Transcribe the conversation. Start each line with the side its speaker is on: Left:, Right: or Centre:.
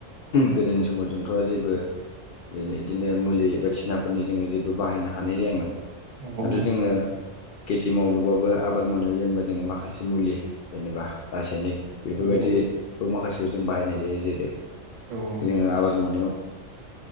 Left: गोदोनि समाव जोंथ' जेबो जेरै बिदिनो मुलि
Right: औ
Left: बायदिसिना फोरनि जोङो जेबो बाहायनो हानाय जायामोन
Right: नंगौ
Left: आरो जोङो खेथि मावनोबाबो आबाद मावनायाव जेनेबा जोङो माखासे मुलि जेनेबा रासायनिक बेफोरबायदिखौ
Right: औ
Left: माखासेखौ जों बाहायनाय जायो जेरै
Right: औ
Left: जोङो आबाद मावनायाव